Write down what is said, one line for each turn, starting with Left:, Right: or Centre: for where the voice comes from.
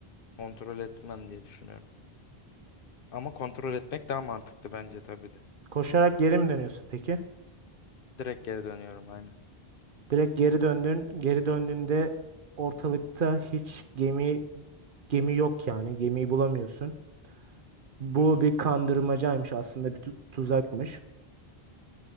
Left: Kontrol etmem diye düşünüyorum. Ama kontrol etmek daha mantıklı bence tabii de.
Right: Koşarak geri mi dönüyorsun peki?
Left: Direkt geri dönüyorum aynı.
Right: Direkt geri döndün. Geri döndüğünde ortalıkta hiç gemi gemi yok yani. Gemiyi bulamıyorsun. Bu
Left: Hı hı
Right: bir kandırmacaymış aslında bir tu- tuzakmış.